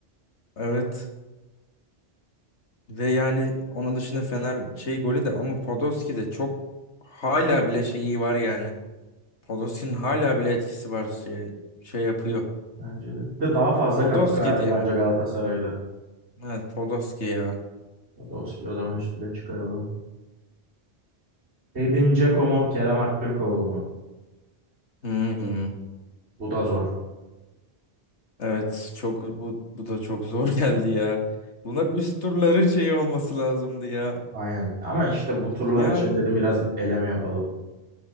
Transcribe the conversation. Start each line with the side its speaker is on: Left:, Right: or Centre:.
Left: evet Ve yani onun dışında Fener şey golü de ama Podolski de çok hala bile şeyi var yani. Podolski'nin hala bile etkisi var şey, şey yapıyor.
Right: Bence de. Bir de daha fazla
Left: Podolski
Right: katkı verdi
Left: diyeyim.
Right: bence Galatasaray'da.
Left: Evet Podolski ya.
Right: Podolski o zaman üstüne çıkaralım. Edin Dzeko mu Kerem Aktürkoğlu mu?
Left: Hmm.
Right: Bu da zor.
Left: Evet çok bu, bu da çok zor <laughs> geldi ya. Bunlar üst turların şeyi olması lazımdı ya.
Right: Aynen. Ama işte bu turlar
Left: Yani
Right: için dedim biraz eleme yapalım.